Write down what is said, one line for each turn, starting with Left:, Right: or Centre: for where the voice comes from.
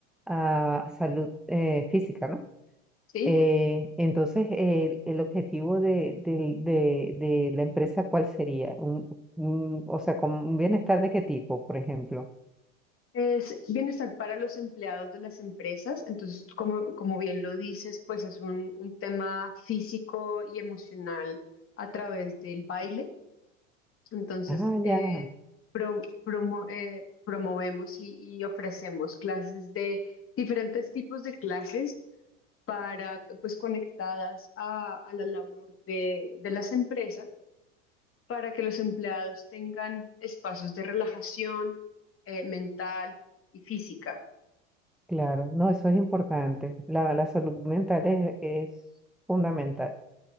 Centre: a salud eh, física, ¿no?
Left: Sí,
Centre: Eh, entonces, el, el objetivo de, del- de- de la empresa, ¿cuál sería? Un, un- o sea, ¿con un bienestar de qué tipo, por ejemplo?
Left: es bienestar para los empleados de las empresas, entonces como, como bien lo dices, pues es un un tema físico y emocional a través del baile. Entonces,
Centre: Ah,
Left: eh,
Centre: ya,
Left: pro- promo- eh, promovemos y, y ofrecemos clases de diferentes tipos de clases para, pues, conectadas a, a la labor de, de las empresas para que los empleados tengan espacios de relajación eh, mental y física.
Centre: Claro, no, eso es importante. La, la salud mental es, es fundamental.